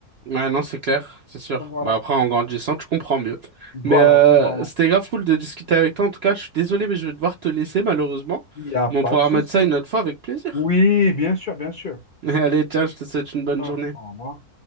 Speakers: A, on the right (about 65°); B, on the left (about 55°).
A: Ouais, non, c'est clair, c'est sûr.
B: Donc voilà,
A: Bah après, en grandissant, tu comprends mieux.
B: voilà,
A: Mais euh,
B: voilà.
A: c'était grave cool de discuter avec toi. En tout cas, je suis désolé, mais je vais devoir te laisser malheureusement.
B: Il n'y a
A: Mais
B: pas
A: on pourra
B: de souci.
A: remettre ça une autre fois avec plaisir.
B: Oui, bien sûr, bien sûr.
A: <laughs> Allez, tiens, je te souhaite une bonne
B: Ah,
A: journée.
B: au revoir.